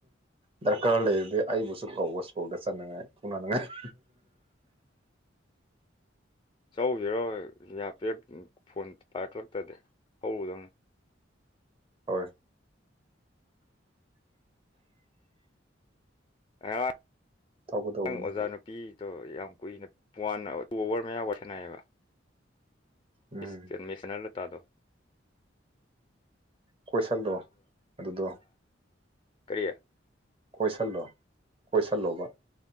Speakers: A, on the right; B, on the left.
A: ꯗꯔꯀꯥꯔ ꯂꯩꯔꯗꯤ ꯑꯩꯕꯨꯁꯨ ꯀꯧꯕ ꯁ꯭ꯀꯨꯜꯗ ꯆꯠꯅꯉꯥꯏ ꯎꯅꯅꯤꯡꯉꯥꯏ ꯍ
B: <inaudible> ꯆꯁꯤꯔꯣ ꯌꯥ ꯄꯔꯛ ꯐꯣꯟ ꯄꯥꯏꯔꯛꯂꯛꯇꯗꯤ ꯍꯧꯔꯨꯗꯧꯅꯤ
A: ꯍꯣꯏ
B: ꯉꯔꯥꯡ
A: ꯇꯧꯒꯗꯧꯕꯅꯦ
B: ꯑꯉꯥꯡ ꯑꯣꯖꯥ ꯅꯨꯄꯤꯗꯣ ꯌꯥꯝ ꯀꯨꯏꯅ ꯋꯥꯟ ꯇꯨ ꯑꯋꯥꯔ ꯃꯌꯥ ꯋꯥꯁꯟꯅꯑꯌꯦꯕ
A: ꯎꯝ
B: ꯃꯤꯁ ꯃꯤꯁꯅꯔ ꯂ ꯇꯥꯗꯣ
A: ꯀꯣꯏꯁꯜꯂꯣ ꯑꯗꯨꯗꯣ
B: ꯀꯔꯤꯌꯥ
A: ꯀꯣꯏꯁꯤꯜꯂꯣ ꯀꯣꯏꯁꯤꯜꯂꯣꯕ